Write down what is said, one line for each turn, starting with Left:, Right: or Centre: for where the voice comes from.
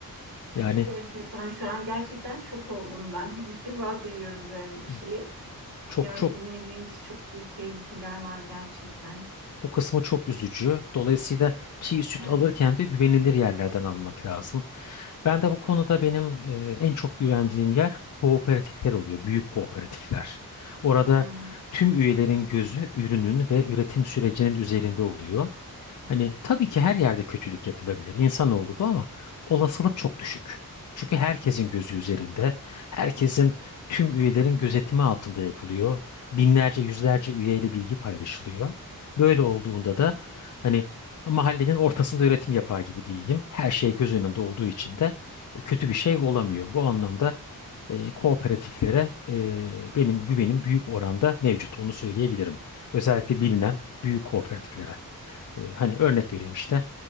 Right: Ay,
Left: Yani
Right: çok enteresan. Şu an gerçekten şok oldum ben. <laughs> İlk defa duyuyorum böyle bir şeyi.
Left: evet, çok
Right: Yani
Left: çok
Right: bilmediğimiz çok büyük tehlikeler var gerçekten.
Left: Bu kısmı çok üzücü. Dolayısıyla çiğ süt
Right: Evet.
Left: alırken de güvenilir yerlerden almak lazım. Ben de bu konuda benim e, en çok güvendiğim yer kooperatifler oluyor, büyük kooperatifler. Orada
Right: Hı hı.
Left: tüm üyelerin gözü ürünün ve üretim sürecinin üzerinde oluyor. Hani tabii ki her yerde kötülük yapılabilir. İnsanoğlu bu ama olasılık çok düşük. Çünkü herkesin gözü üzerinde, herkesin tüm üyelerin gözetimi altında yapılıyor. Binlerce, yüzlerce üyeyle bilgi paylaşılıyor. Böyle olduğunda da hani mahallenin ortasında üretim yapar gibi diyeyim. Her şey göz önünde olduğu için de e, kötü bir şey olamıyor. Bu anlamda e, kooperatiflere e, benim güvenim büyük oranda mevcut. Onu söyleyebilirim. Özellikle bilinen büyük kooperatiflere. E, hani örnek vereyim işte